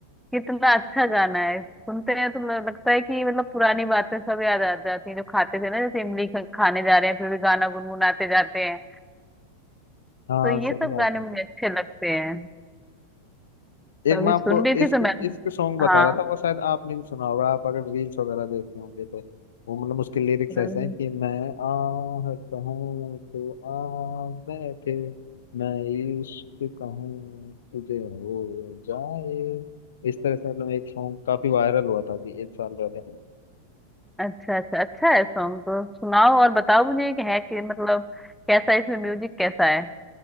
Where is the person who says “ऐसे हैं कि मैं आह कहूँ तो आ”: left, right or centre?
Left